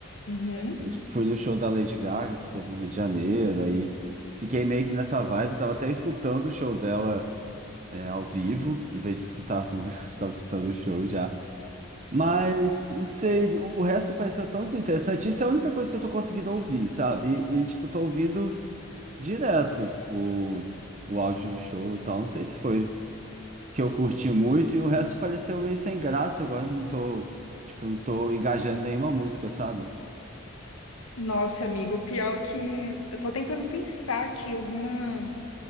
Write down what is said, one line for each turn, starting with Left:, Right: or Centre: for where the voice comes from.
Left: Uhum.
Right: É, tipo, Fui no show da Lady Gaga, que teve no Rio de Janeiro, aí fiquei meio que nessa vibe. Tava até escutando o show dela, é, ao vivo, em vez de escutar as músicas, <laughs> tava escutando o show já. Mas, não sei, o resto pareceu tão desinteressante. Isso é a única coisa que eu tô conseguindo ouvir, sabe? E, e, tipo, tô ouvindo direto o, o áudio do show e tal. Não sei se foi porque eu curti muito e o resto pareceu meio sem graça agora. eu Não tô, tipo, não tô engajando em nenhuma música, sabe?
Left: Nossa, amigo, o pior que eu tô tentando pensar aqui alguma,